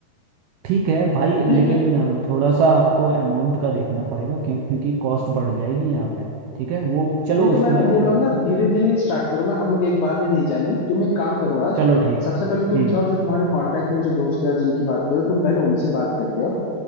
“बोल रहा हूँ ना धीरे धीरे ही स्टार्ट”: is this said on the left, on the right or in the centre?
Left